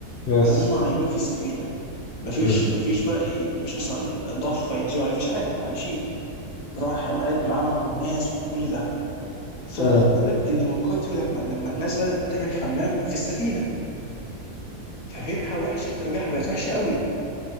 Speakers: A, on the left; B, on the left.
A: يس
B: وهم عايمين في السفينه مفيش
A: مم.
B: مفيش بقى ايه مش مثلا ضفه ينزلوا عليها مفيش حاجه هم عايشين وطبعا حيوانات معاهم وناس وكل ده فبقول
A: مم.
B: لك ان من كتر لما لما الناس بدات بتعمل حمام في السفينه فالريحه وحشه الريحه بقت وحشه قوي